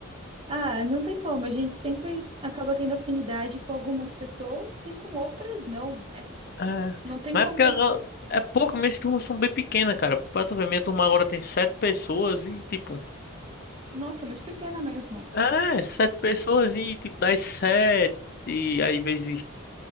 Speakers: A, on the right; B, on the left.
A: Ah, não tem como. A gente sempre acaba tendo afinidade com algumas pessoas e com outras não, né?
B: É,
A: Não tem
B: mas
A: como.
B: é porque agora- é pouco, minhas turmas são bem pequenas, cara. Pra tu ver, minha turma agora tem sete pessoas e tipo.
A: Nossa, muito pequena mesmo.
B: É, sete pessoas e tipo, das sete. E aí vezes